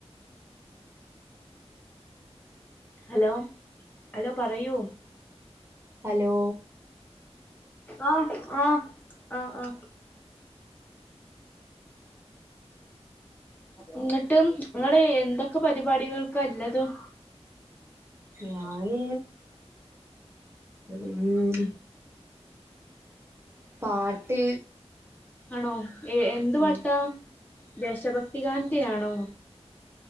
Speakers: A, on the left; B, on the right.
A: ഹലോ ഹലോ പറയൂ
B: ഹലോ
A: ആഹ ആഹ ആഹ ആഹ ന്നിട്ടും നിങ്ങള് എന്തൊക്കെ പരിപാടികൾക്കാള്ളതും
B: ഞാന് ഉം പാട്ട്
A: ആണോ ഏ എന്ത് പാട്ടാ
B: ഉം
A: ദേശഭക്തികാന്തയാണോ